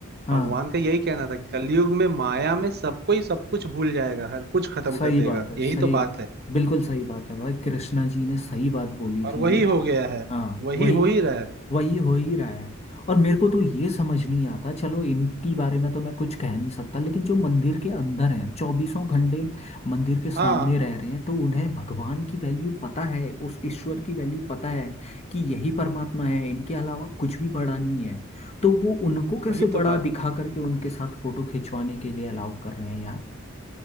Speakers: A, on the left; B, on the right.
A: हाँ
B: भगवान का यही कहना था कलयुग में माया में सबको ही सब कुछ भूल जाएगा हर कुछ खत्म
A: सही
B: कर देगा
A: बात है
B: यही
A: सही
B: तो बात है
A: बिल्कुल सही बात है भाई कृष्णा जी ने सही बात बोली
B: और
A: थी
B: वही
A: ये
B: हो गया है
A: हाँ
B: वही
A: वही
B: हो ही रहा है
A: वही हो ही रहा है और मेरे को तो ये समझ नहीं आता चलो इनकी बारे में तो मैं कुछ कह नहीं सकता लेकिन जो मंदिर के अंदर हैं चौबीसों घंटे मंदिर के सामने
B: हाँ
A: रह रहे हैं तो उन्हें भगवान की वैल्यू पता है उस ईश्वर की वैल्यू पता है कि यही परमात्मा है इनके अलावा कुछ भी बड़ा नहीं है तो वो उनको कैसे
B: वही तो
A: बड़ा
B: बात
A: दिखा करके उनके साथ फोटो खिंचवाने के लिए अलाउ कर रहे हैं यार